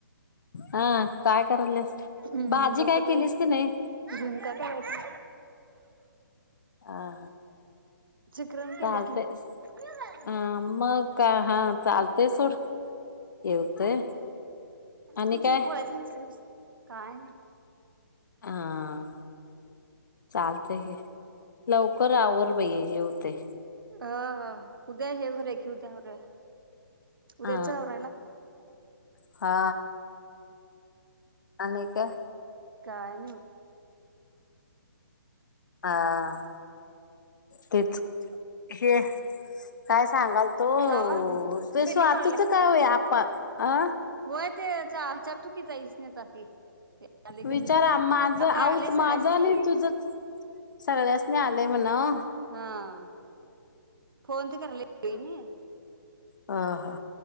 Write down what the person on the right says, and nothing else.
हम
झोपलोय
झुणका करायच.
शिकरण केले
की काय
मी तसं
बोलायचं नाहीस. काय?
अ उद्या हे भरूया की उद्या भरूया उद्याच
आवरायला
काय नाही.
थांबा की
पिल्ली
बोलाल्या
होय ते चार चार चुकीचा आहेच चार चाकी आले की
नाही?
आता
आलेय सगळ्यासनी
हा फोन ते करायला येतंय नी.